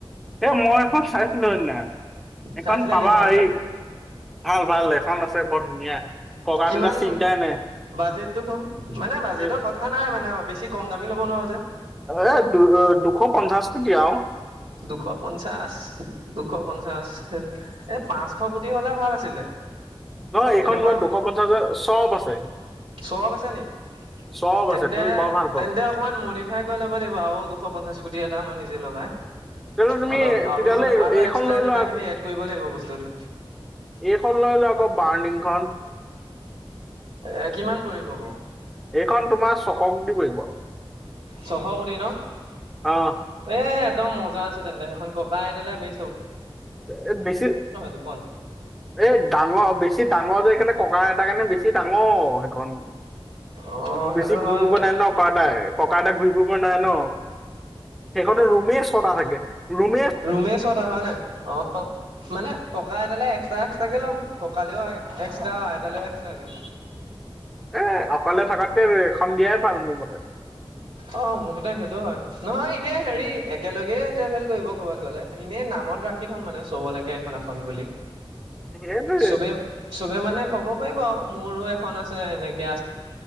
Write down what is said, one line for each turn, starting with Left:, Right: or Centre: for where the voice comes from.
Centre: এ মই এখন চাইছিলো সেইদিনা এইখন
Right: চাইছিলে
Centre: পাবা
Right: নি ভালনে
Centre: হ ভাল ভাল এখন আছে বৰ ধুনীয়া। ককা
Right: কিমান
Centre: দেতা চিন্তাই নাই।
Right: বাজেটটো ক মানে বাজেটৰ
Centre: এ
Right: কথা নাই মানে বেছি কম দামী ল'ব নোৱাৰো যে।
Centre: এ দু দুশ পঞ্চাশ কোটি আও
Right: দুশ পঞ্চাশ দুশ পঞ্চাশ এই পাঁচশ কোটি হলে ভাল আছিলে।
Centre: নহ
Right: তেনেকুৱা
Centre: এইখন লোৱা দুশ পঞ্চাশ হাজাৰ চব আছে।
Right: চোৱা আছ নি?
Centre: চব
Right: তেন্তে
Centre: আছে তুমি বৰ ভাল পাওঁ
Right: তেন্তে অকমান মডিফাই কৰি ল'ব লাগিব আৰু দুশ পঞ্চাশ কোটি এটা মান। বজ' ভাই।
Centre: তেতিয়াহ'লে তুমি
Right: অলপ
Centre: তেতিয়াহ'লে
Right: আৰু আৰু
Centre: এইখন
Right: এক্সট্ৰা
Centre: লৈ
Right: কিবা
Centre: লোৱা
Right: কিবি এড কৰিব লাগিব বস্তুটো।
Centre: এইখন লৈলো আকৌ বাৰ্ণিং খন।
Right: এ কিমান পৰিব বাৰু।
Centre: এইখন তোমাৰ চকক দি পৰিব
Right: ছশ কোটি ন
Centre: আহ
Right: এ। একদম মজা আছে তেন্তে সেইখন ককা আইতালে বে।
Centre: এই বেছি
Right: দুখন।
Centre: এই ডাঙৰ বেছি ডাঙৰ যেকাৰনে। ককা এটাৰ কাৰণে বেছি ডাঙৰ সেইখন।
Right: অ'
Centre: বেছি
Right: সেইটো
Centre: ঘূৰি
Right: হয়
Centre: ফুব
Right: বাৰু।
Centre: নাই ন ককা এটাই ককা এটাই ঘূৰি ফুৰিব নাই ন। সেইখনে ৰুমেই ছটা থাকে ৰুম।
Right: ৰুমে চতা হয় নে অ মানে টকা এটালৈ এক্সট্ৰা। তাকে ল'ম ককালেও এক্সট্ৰা আইতালেও এক্সট্ৰাকে।
Centre: এ অকলে থকাতকে এখন দিয়াই ভাল মোৰ মতে।
Right: অ মোৰ মতে সেইটো হয় নহয় এনে হেৰি একেলগে ট্ৰেভেল কৰিব কৰ'বাত গ'লে এনে ন। ৰুমত ৰাখি থ'ম মানে চবলৈকে এখন এখন বুলি।
Centre: সেইটোৱে
Right: চবেই চবে মানে ক'ব পাৰিব আৰু মোৰো এখন আছে এনেকে আছে।